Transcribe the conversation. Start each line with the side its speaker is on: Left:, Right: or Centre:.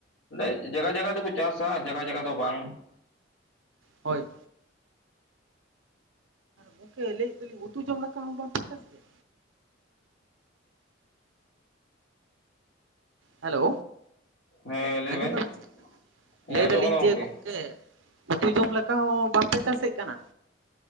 Left: ᱵᱚᱞᱮ ᱡᱟᱭᱜᱟ ᱡᱟᱭᱜᱟ ᱫᱚᱠᱚ ᱪᱟᱥᱟ ᱡᱟᱭᱜᱟ ᱡᱟᱭᱜᱟ ᱫᱚ ᱵᱟᱝ,
Right: ᱦᱳᱭ ᱜᱚᱢᱠᱮ ᱞᱟᱹᱭᱮᱫ ᱫᱚᱞᱤᱧ ᱩᱛᱩ ᱡᱚᱢ ᱞᱮᱠᱟ ᱦᱚᱸ ᱵᱟᱯᱮ ᱪᱟᱥᱜᱮᱭᱟ? ᱦᱮᱞᱳ
Left: ᱦᱮᱸ ᱞᱟᱹᱭ
Right: ᱟᱡᱚᱢ
Left: ᱵᱮᱱ
Right: ᱫᱟᱞᱟᱝ ᱪᱮᱵᱟᱝ
Left: ᱦᱮᱸ
Right: ᱞᱟᱹᱭ
Left: ᱟᱸᱡᱚᱢᱚᱜ
Right: ᱫᱟᱞᱤᱧ
Left: ᱠᱟᱱᱟ ᱜᱚᱝᱠᱮ
Right: ᱡᱮ ᱜᱚᱢᱠᱮ ᱩᱛᱩ ᱡᱚᱢ ᱞᱮᱠᱟ ᱦᱚᱸ ᱵᱟᱯᱮ ᱪᱟᱥᱮᱫ ᱠᱟᱱᱟ?